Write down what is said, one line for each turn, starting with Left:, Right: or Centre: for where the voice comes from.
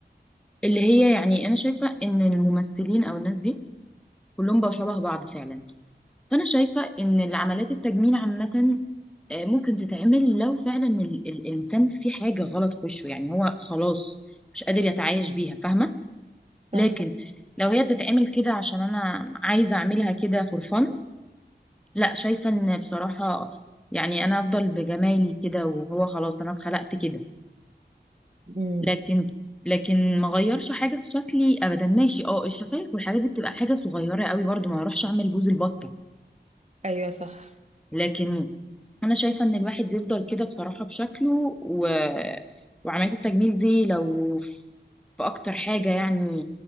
Centre: اللي هي يعني انا شايفه ان الممثلين او الناس دي كلهم بقوا شبه بعض فعلا فانا شايفه ان العمليات التجميل عامه آه، ممكن تتعمل لو فعلا ال- ال- الانسان في حاجه غلط في وشه يعني هو خلاص مش قادر يتعايش
Right: مم.
Centre: بيها فاهمه
Right: صح
Centre: لكن لو هي بتتعمل كده عشان انا عايزه اعملها كده فور فن لا شايفه ان بصراحه يعني انا افضل بجمالي كده وهو خلاص انا اتخلقت كده
Right: مم.
Centre: لكن لكن ما غيرش حاجه في شكلي ابدا ماشي اه الشفايف والحاجات دي بتبقى حاجه صغيره قوي برضو ما اروحش اعمل بوز البطه
Right: ايوه صح
Centre: لكن انا شايفه ان الواحد يفضل كده بصراحه بشكله و... وعمليه التجميل دي لو في اكتر حاجه يعني